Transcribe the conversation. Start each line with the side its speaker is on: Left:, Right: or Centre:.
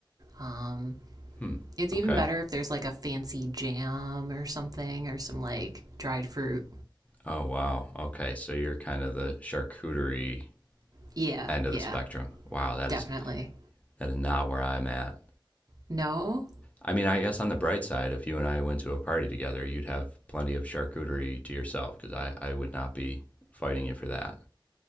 Right: Um,
Left: Hmm.
Right: it's even
Left: Okay.
Right: better if there's like a fancy jam or something or some like dried fruit.
Left: Oh wow. Okay. So you're kind of the charcuterie
Right: Yeah,
Left: end of
Right: yeah,
Left: the spectrum. Wow, that
Right: definitely.
Left: is that is not where I'm at.
Right: No?
Left: I mean, I guess on the bright side, if you and I went to a party together, you'd have plenty of charcuterie to yourself because I, I would not be fighting you for that.